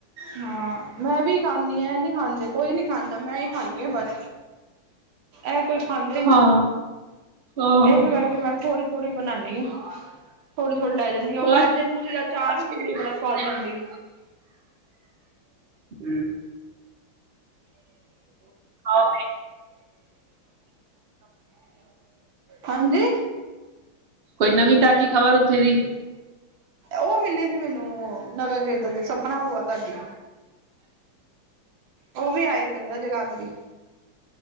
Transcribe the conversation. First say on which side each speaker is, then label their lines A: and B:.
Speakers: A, on the right; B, on the right.
A: ਹਾਂ ਮੈਂ ਵੀ ਖਾਂਦੀ ਇਹ ਨੀ ਖਾਂਦੇ ਕੋਈ ਨੀ ਖਾਂਦਾ ਮੈਂ ਈ ਖਾਂਣੀ ਆ ਬਸ ਇਹ ਕੋਈ ਖਾਂਦਾ ਹੀ ਨਹੀਂ
B: ਹਾਂ ਆਹੋ
A: ਇਸੇ ਕਰਕੇ ਮੈਂ ਥੋੜੀ ਥੋੜ੍ਹੀ ਬਣਾਨੀ ਐ ਥੋੜੀ-ਥੋੜੀ ਲੈ ਜਾਂਦੀ ਆ। ਉਹ ਗਾਜਰ
B: ਆਹ
A: ਮੂਲੀ ਦਾ ਚਾਰ
B: ਖਾਸ
A: ਵੀ ਮੰਮੀ
B: ਕੇ ਜਿਹੜੀ ਹੁੰਦੀ
A: ਬੜਾ ਸਵਾਦ
B: ਨਾ,
A: ਬਣਾਦੀ।
B: ਹਮ ਆ <inaudible>
A: ਹਾਂਜੀ
B: ਕੋਈ ਨਵੀਂ ਤਾਜ਼ੀ ਖ਼ਬਰ ਉੱਥੇ ਦੀ
A: ਉਹ ਮਿਲੀ ਸੀ। ਮੈਨੂੰ ਨਗਰ ਕੀਰਤਨ ਤੇ ਸਪਨਾ ਬੂਆ ਤੁਹਾਡੀ ਉਹ ਵੀ ਆਏ ਤੇ ਲੱਗਦਾ ਜਗਾਦਰੀ